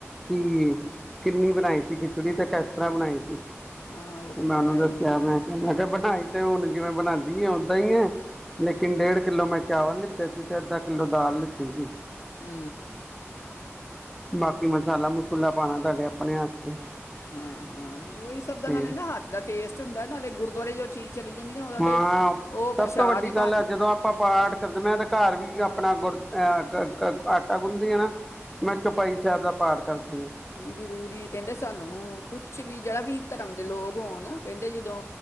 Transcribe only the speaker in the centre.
ਕਿ ਕਿੰਨੀ ਬਣਾਈ ਸੀ ਖਿਚੜੀ ਤੇ ਕਿਸ ਤਰ੍ਹਾਂ ਬਣਾਈ ਸੀ।
ਮੈਂ
ਉਹਨੂੰ
ਦੱਸਿਆ।
ਮੈਂ-ਮੈਂ ਕਿਹਾ ਬਣਾਈ ਤੇ ਹੁਣ ਜਿਵੇਂ ਬਣਾ ਓਦਾਂ ਹੀ ਹੈ ਲੇਕਿਨ ਡੇਢ ਕਿੱਲੋ ਮੈਂ ਚਾਵਲ ਲਿੱਤੇ ਸੀ ਤੇ ਅੱਧਾ ਕਿੱਲੋ ਦਾਲ ਲਿੱਤੀ ਸੀ।
ਬਾਕੀ ਮਸਾਲਾ-ਮਸੂਲਾ ਪਾਣਾ ਤੁਹਾਡੇ ਆਪਣੇ ਹੱਥ। ਚ
ਤੇ
ਹਾਂ
ਸਭ ਤੋਂ ਵੱਡੀ
ਗੱਲ
ਆ ਜਦੋਂ ਆਪਾਂ ਪਾਠ ਕਰਦੇ ਮੈਂ ਤਾਂ ਘਰ ਵੀ ਆਪਣਾ ਗੁੜ ਅਹ, ਆਟਾ ਗੁਣਦੀ ਆ ਨਾ ਮੈਂ ਚੌਪਾਈ ਸਾਹਿਬ ਦਾ ਪਾਠ ਕਰਦੀ ਆ।